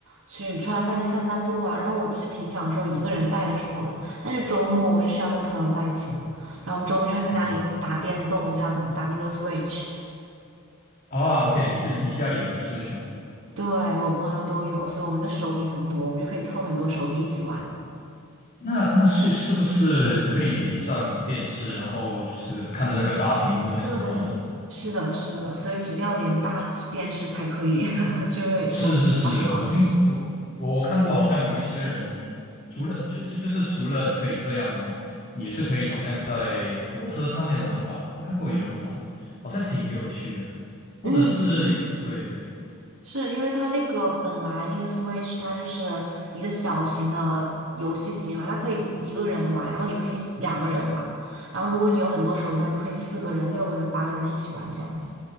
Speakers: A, on the right; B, on the left.
A: 去吃完饭去散散步啊。然后我其实挺享受一个人在的时候的，但是周末我是需要跟朋友在一起的，然后我们周末就会在家里一起打电动，
B: 嗯，
A: 这样子打那个 Switch。
B: 啊，OK，你自己你家里有一个 Switch 吗？
A: 对，我朋友都有，所以我们的手柄很多，我们就可以凑很多手柄一起玩。
B: 那那 Switch 是不是可以连上电视，然后就是看着那个大屏幕这样子玩呢？
A: 对，是的，是的，所以其实一定要连大电视才可以，<laughs> 就会玩比较爽一点。
B: 是是是，我听我我我看过，好像有一些人，除了就是就是除了你可以这样玩，你也是可以好像在火车上面玩吧。我看过有人玩，好像挺有趣的，
A: 嗯，
B: 或者是有对对，
A: 是因为它那个本来那个 Switch 它就是一个小型的游戏机嘛，它可以一个人玩，然后也可以两个人玩，然后如果你有很多手柄的话，你就可以四个人、六个人、八个人一起玩这样子。